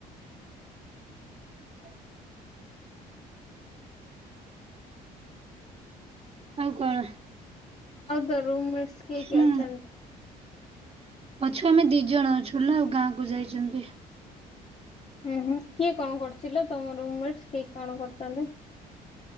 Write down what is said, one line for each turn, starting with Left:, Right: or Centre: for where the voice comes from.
Right: <unintelligible> ଆଉ କଣ?
Left: ଆଉ ତୋ ରୁମ୍ ମେଟସ୍ କିଏ
Right: ହୁଁ
Left: କିଏ ଅଛନ୍ତି?
Right: ଅଛୁ ଆମେ ଦି ଜଣ ଅଛୁ ନା ଆଉ ଗାଁକୁୁ ଯାଇଚନ୍ତି।
Left: ହୁଁ ହୁଁ କିଏ କଁ କରୁଚି ଲୋ ତମ ରୁମ୍ ମେଟସ୍ କିଏ କଣ କରୁଚନ୍ତି?